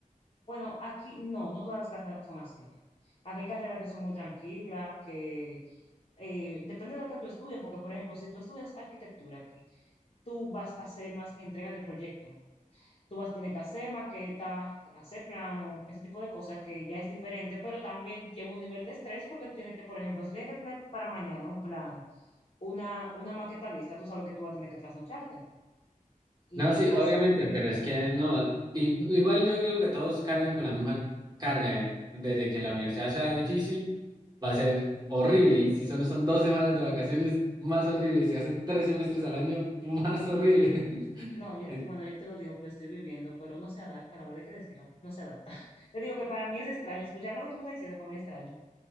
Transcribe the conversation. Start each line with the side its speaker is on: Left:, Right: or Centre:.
Left: Bueno, aquí no, no todas las carreras son así aquí. Aquí hay carreras que son muy tranquilas, que eh, depende de lo que tú estudies, porque por ejemplo, si tú estudias arquitectura aquí, tú vas a hacer más entregas de proyecto. Tú vas a tener que hacer maqueta, hacer plano, ese tipo de cosas que ya es diferente, pero también lleva un nivel de estrés porque tú tienes que, por ejemplo, si tienes que tener para mañana un plano, una, una maqueta lista, tú sabes que tú vas a tener que trasnocharte y
Right: No, sí,
Left: hace-
Right: obviamente, pero es que no, i- igual yo creo que todos cargan con la misma carga, eh. Desde que la universidad sea difícil, va a ser horrible, y si solo son dos semanas de vacaciones, más horrible, y si hacen tres semestres al año, más horrible. <laughs>
Left: No, yo-
Right: En-
Left: bueno, yo te lo digo que lo estoy viviendo, pero no se adapta, la verdad hay que decirlo, no se adapta. <laughs> Te digo que para mí es extraño, escuchar lo que tú me estás diciendo para mí es extraño.